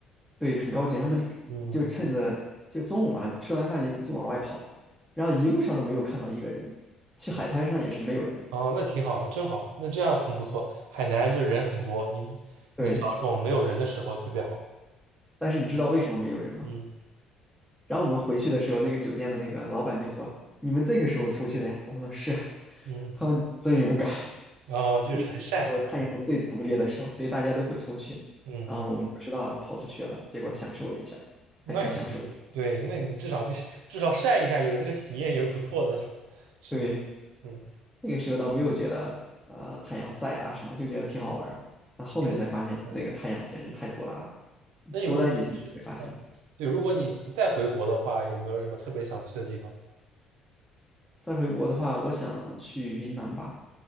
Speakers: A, in the centre; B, on the right.
A: 对很高级，然后我们就就趁着就中午嘛，
B: 嗯，
A: 吃完饭就就往外跑，然后一路上都没有看到一个人，去海滩上也是没有人，
B: 哦，那挺好，真好，那这样很不错。海南就是人很多，你能找到这种没有人的时候特别好。
A: 对。但是你知道为什么没有人吗？
B: 嗯
A: 然后我们回去的时候，那个酒店的那个老板就说：“你们这个时候出去的呀？”我们说：“是啊。”
B: 嗯，
A: 他们真勇敢，
B: 哦，
A: <laughs>
B: 就是很晒。
A: 因为那时候太阳最毒烈的时候，
B: 对，
A: 所以大家都不出去。
B: 嗯嗯，
A: 然后我们不知道，我们跑出去了，结果享受了一下，
B: 那也挺对，
A: 还挺享受的
B: 那你至少不至少晒一下，有这个体验也是不错的。<laughs> 是的，
A: 对，
B: 嗯，
A: 那个时候倒没有觉得呃太阳晒啊什么，就觉得挺好玩儿。但后面才发现，
B: 您嗯。
A: 那个太阳简直太毒辣了。
B: 那你如
A: 多待几天会发现。
B: 嗯，对，如果你再回国的话，有没有什么特别想去的地方？
A: 再回国的话，我想去云南吧。